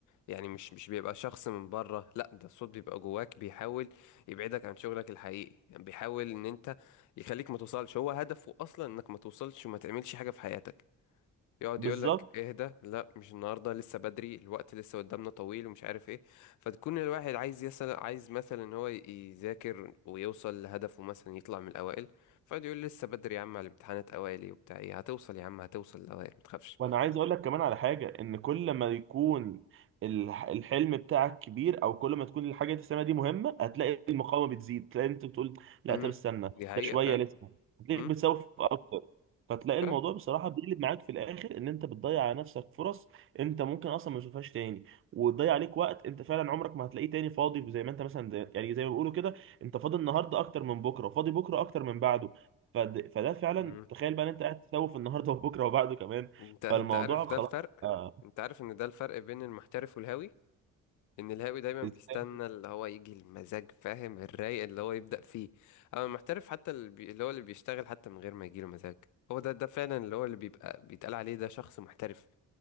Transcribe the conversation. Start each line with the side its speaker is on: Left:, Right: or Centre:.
Left: يعني مش مش بيبقى شخص من بره لا ده الصوت بيبقى جواك بيحاول يبعدك عن شغلك الحقيقي يعني بيحاول إن أنت يخليك ما توصلش هو هدفه أصلا إنك ما توصلش وما تعملش حاجة في حياتك يقعد
Right: بالظبط
Left: يقول لك اهدى لا مش النهارده لسه بدري الوقت لسه قدامنا طويل ومش عارف ايه فتكون الواحد عايز يسأل عايز مثلا ان هو يذاكر ويوصل لهدفه مثلا يطلع من الاوائل فيقعد يقول لسه بدري يا عم على الامتحانات اوائل وبتاع ايه هتوصل يا عم هتوصل الاوائل ما تخافش
Right: وانا عايز اقول لك كمان على حاجه ان كل ما يكون الح- الحلم بتاعك كبير او كل ما تكون الحاجه اللي تسميها دي مهمه هتلاقي المقاومه بتزيد تلاقي انت بتقول لا
Left: امم
Right: طب استنى
Left: دي حقيقة
Right: ده شويه
Left: فعلا
Right: لسه هتلاقيك
Left: امم
Right: بتسوف اكتر فتلاقي
Left: فعلا
Right: الموضوع بصراحه بيقلب معاك في الاخر ان انت بتضيع على نفسك فرص انت ممكن اصلا ما تشوفهاش تاني وتضيع عليك وقت انت فعلا عمرك ما هتلاقيه تاني فاضي زي ما انت مثلا زي- يعني زي ما بيقولوا كده انت فاضي النهارده اكتر من بكره وفاضي بكره اكتر من بعده فد- فده فعلا
Left: امم.
Right: تخيل بقى ان انت قاعد تسوف النهارده وبكره وبعده كمان
Left: انت انت
Right: فالموضوع
Left: عارف ده
Right: خلاص
Left: الفرق
Right: آه،
Left: انت عارف ان ده الفرق بين المحترف والهاوي ان الهاوي دايما
Right: ازاي
Left: بيستنى اللي هو يجي المزاج فاهم الرايق اللي هو يبدأ فيه اما المحترف حتى اللي, بي... اللي هو اللي بيشتغل حتى من غير ما يجيله مزاج هو ده ده فعلا اللي هو اللي بيبقى بيتقال عليه ده شخص محترف